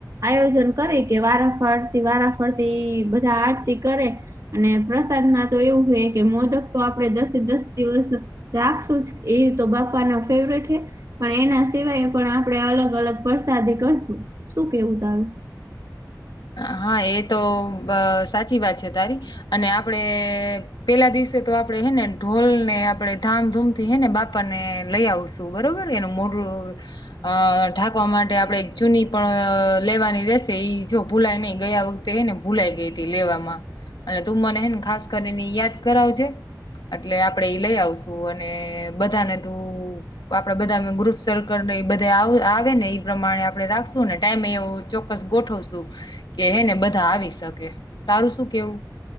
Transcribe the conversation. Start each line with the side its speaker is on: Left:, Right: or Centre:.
Right: આયોજન કરે કે વારાફરતી વારાફરતી બધા આરતી કરે અને પ્રસાદમાં તો એવું હોય કે મોદક તો આપડે દસે દસ દિવસ રાખશું જ એ તો બાપાના ફેવરેટ હે પણ એના સિવાય પણ આપણેે અલગ-અલગ પ્રસાદી કરશું શું કેવું તારું?
Left: હા એ તો બ સાચી વાત છે તારી અને આપડે પેલા દિવસે તો આપડે હે ને ઢોલ ને આપડે ધામધૂમ થી હેને બાપા ને લઈ આવશું બરોબર <unintelligible> મોઢું અ ઢાંકવા માટે આપડે ચૂની પણ લેવાની રેશે ઈ જો ભુલાઈ નઈ ગયા વખતે હે ને ભૂલાઈ ગઈ હતી લેવામાં અને તું મને હેને ખાસ કરીને યાદ કરાવજે એટલે આપડે ઈ લઈ આવશું અને બધાને તું આપડે બધા ગ્રુપ સર્કલ એ બધા આવે આવે ને એ પ્રમાણે આપણે રાખશું ને ટાઈમે એવું ચોક્કસ ગોઠવશું કે હેને બધા આવી શકે તારું શું કેવું?